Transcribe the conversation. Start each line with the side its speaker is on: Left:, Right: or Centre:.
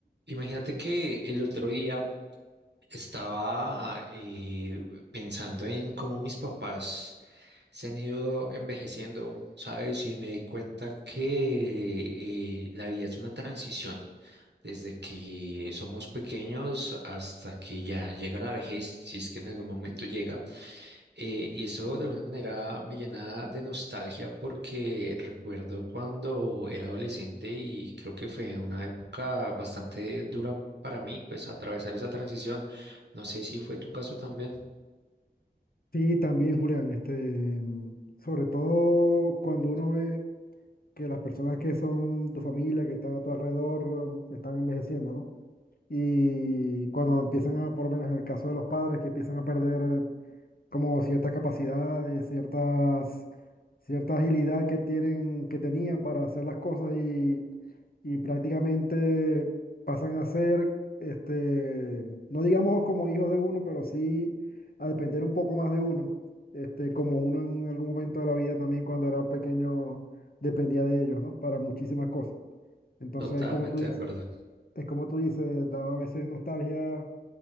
Right: Imagínate que el otro día estaba eh, pensando en cómo mis papás se han ido envejeciendo, ¿sabes? Y me di cuenta que eh, la vida es una transición, desde que somos pequeños hasta que ya llega la vejez, si es que en algún momento llega. Eh, y eso de alguna manera me llena de nostalgia porque recuerdo cuando era adolescente y creo que fue una época bastante dura para mí, pues atravesar esa transición. No sé si fue tu caso también.
Left: Sí, también, Julián, este, mm, sobre todo cuando uno ve que las personas que son tu familia, que están a tu alrededor, mm, están envejeciendo, ¿no? Y cuando empiezan a, por lo menos en el caso de los padres, que empiezan a perder como ciertas capacidades, ciertas, cierta agilidad que tienen, que tenían para hacer las cosas y, y prácticamente pasan a ser, este, no digamos como hijos de uno, pero sí a depender un poco más de uno, este, como uno en algún momento de la vida también cuando era pequeño dependía de ellos, ¿no? Para muchísimas cosas. Entonces,
Right: Totalmente
Left: como tú dices,
Right: de acuerdo.
Left: es como tú dices, da a veces nostalgia,